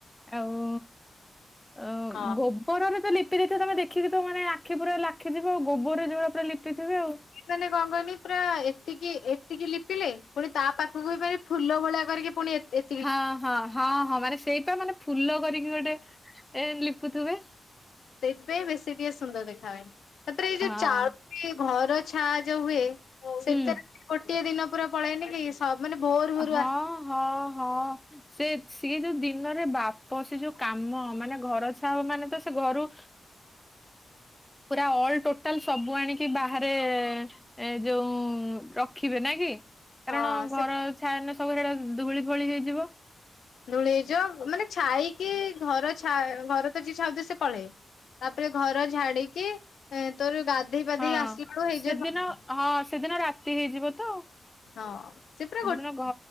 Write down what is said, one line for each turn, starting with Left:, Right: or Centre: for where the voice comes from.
Centre: ଆଉ ଅ
Left: ହଁ
Centre: ଗୋବ ରରେ ତ ଲିପି ଦେଇଥିବେ ତମେ ଦେଖିକି ତ ମାନେ ଆଖି ପୁରା ଲାଖୀଯିବ ଆଉ ଗୋବରରେ ଯୋଭଳିଆ ପୁରା ଲିପିଥିବେ ଆଉ।
Left: ମାନେ କଣ କହନି ପୁରା ଏତିକି ଏତିକି ଲିପିଲେ ପୁଣି ତା ପାଖକୁ ବିଫେରି ଫୁଲ ଭଳିଆ କରିକି ପୁଣି ଏ ଏ
Centre: ହଁ ହଁ ହଁ ହଁ ମାନେ ସେଇପା ମାନେ ଫୁଲ କରିକି ଗୋଟେ ଏ ଲିପୁଥୁବେ।
Left: ସେଇଥିପାଇଁ ବେଶୀ ଟିକେ ସୁନ୍ଦର ଦେଖା ହଏ ତାପରେ ଏଇ ଯୋଉ
Centre: ହଁ।
Left: ଚାଳ କି ଘର ଛା ଯୋଉ ହୁଏ ସେତେ
Centre: ହୁଁ
Left: ଗୋଟିଏ ଦିନ ପୁରା ପଳାଏନିକି ସ ହଁ ମାନେ ଭୋରୁ
Centre: ହଁ
Left: ଆସ
Centre: ହଁ ହଁ। ସେ ସିଏ ଯୋଉ ଦିନରେ ବାପ ସେ ଯୋଉ କାମ ମାନେ ଘର ଛାଆ ହବମାନେ ତ ସେ ଘରୁ ପୁରା ଅଲ୍ ଟୋଟାଲ ସବୁ ଆଣିକି ବାହାରେ ଏ ଯୋଉ ରଖିବେ ନା କି? କାରଣ
Left: ହଁ
Centre: ଘର
Left: ସେ
Centre: ଛାଆ ନେ ସବୁ ହେରା ଧୁଳି ଫୋଳି ହେଇଯିବ।
Left: ଧୂଳି ହେଇଯିବ ମାନେ ଛାଇକି ଘରଛା ଘର ତ ଯିଏ ଛାଉଥିବେ ସେ ପଳେଏ ତାପରେ ଘର ଝାଡିକି ଏ ତୋର ଗାଧେଇ ପାଧେଇ
Centre: ହଁ
Left: ଆସିଲାକୁ ହେଇଯିବ
Centre: ସେଦିନ
Left: ସ
Centre: ହଁ ସେଦିନ ରାତି ହେଇଯିବ ତ।
Left: ହଁ। ସେ ପୁରା ଗୋଟେ
Centre: ଯଉ ଦିନ ଘ